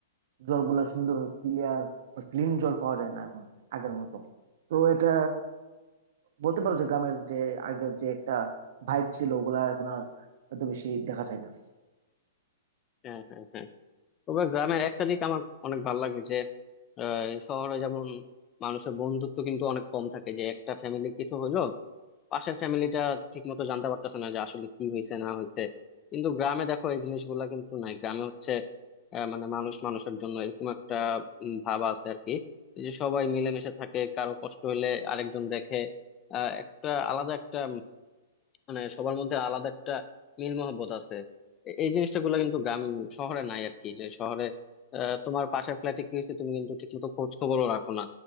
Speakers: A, on the right; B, on the left.
A: জলগুলো সুন্দর ক্লিয়ার বা ক্লিন জল পাওয়া যায় না এখন আগের মতো তো এটা বলতে পারো যে গ্রামের যে আগের যে একটা ভাইব ছিল ওগুলা এখন আর এত বেশি দেখা যায় না
B: হ্যাঁ হ্যাঁ হ্যাঁ তবে গ্রামের একটা দিক আমার অনেক ভালো লাগে যে আহ, এই শহরে যেমন মানুষের বন্ধুত্ব কিন্তু অনেক কম থাকে যে একটা ফ্যামিলি কিছু হইলো পাশের ফ্যামিলিটা ঠিক মতো জানতে পারতেছে না যে আসলে কি হয়েছে না হয়েছে কিন্তু গ্রামে দেখো এই জিনিসগুলা কিন্তু নাই গ্রামে হচ্ছে আহ, মানে মানুষ মানুষের জন্য এরকম একটা উম, ভাব আছে আর কি এই যে সবাই মিলেমিশে থাকে কারো কষ্ট হলে আরেকজন দেখে আহ একটা আলাদা একটা মানে সবার মধ্যে আলাদা একটা মিল মহব্বত আছে এ- এই জিনিসটা গুলো কিন্তু গ্রাম শহরে নাই আর কি যে শহরে আহ, তোমার পাশের ফ্ল্যাটে কি হয়েছে তুমি কিন্তু ঠিক মতো খোঁজ খবরও রাখো না